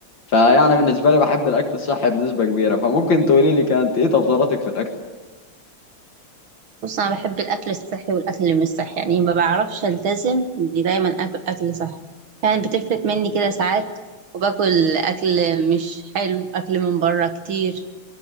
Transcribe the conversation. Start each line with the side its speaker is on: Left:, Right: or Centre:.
Left: فيعني بالنسبه لي بحب الاكل الصحي بنسبه كبيره فممكن تقولي لي كانت ايه تفضيلاتك في الاكل
Right: بص انا بحب الاكل الصحي والاكل اللي مش صحي يعني ما بعرفش التزم اني دايما اكل اكل صحي يعني بتفلت مني كده ساعات وباكل اكل مش حلو اكل من بره كتير